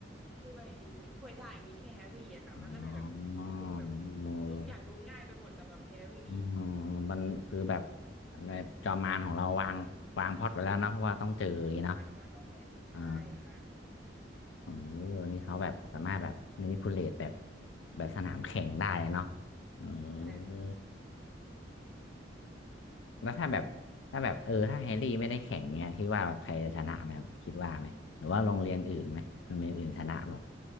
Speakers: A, in the centre; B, on the left.
A: ถ้วยถ้วยได้มีแค่แฮร์รี่อะค่ะมันก็เลยแบบ
B: อ๋ออ๋อ
A: ดูแบบ
B: เออ
A: ดูทุกอย่างดูง่ายไปหมดสำหรับแฮร์รี่
B: อืมมันคือแบบในจอมมารของเราวางวางพล็อตไว้แล้วเนาะเพราะว่าต้องเจออย่างนี้เนาะ
A: ตัวคนแล้วต้องเป็นใช่ค่ะ
B: อ๋อเออนี่เขาแบบสามารถแบบมินิพูเลตแบบแบบสนามแข่งได้เนาะเออ
A: ใช่ค่ะ
B: แล้วถ้าแบบถ้าแบบเออถ้าแฮร์รี่ไม่ได้แข่งเนี้ยคิดว่าแบบใครจะชนะไหมครับคิดว่าไหมหรือว่าโรงเรียนอื่นไหมโรงเรียนอื่นชนะเปล่า